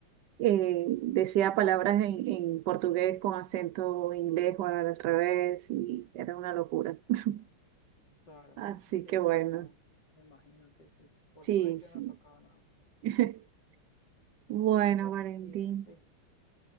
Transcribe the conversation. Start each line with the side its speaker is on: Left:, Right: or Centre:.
Right: eh, decía palabras en, en portugués con acento inglés o al revés y era una locura. <laughs>
Left: Claro,
Right: Así
Left: sí,
Right: que bueno,
Left: sí, no, me imagino, sí, sí. Portugués
Right: sí,
Left: yo
Right: sí.
Left: no tocaba nada.
Right: <laughs> Bueno,
Left: Bueno,
Right: Valentín,
Left: María, sí,